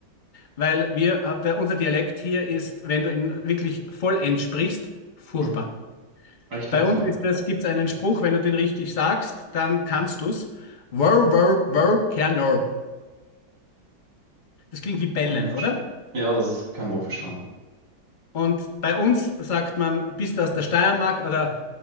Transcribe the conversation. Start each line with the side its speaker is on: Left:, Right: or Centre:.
Left: Weil wir, äh, der, unser Dialekt hier ist, wenn du ihn wirklich vollends sprichst, furchtbar.
Right: Mhm. Echt
Left: Bei
Right: jetzt,
Left: uns
Right: ja.
Left: ist das, gibt es einen Spruch, wenn du den richtig sagst, dann kannst du's. Wör, wör, wör, Kernor. Das klingt wie bellen,
Right: Kein Wurfverstand.
Left: oder?
Right: Ja, das ist kein Wurfverstand.
Left: Und bei uns sagt man, bist du aus der Steiermark oder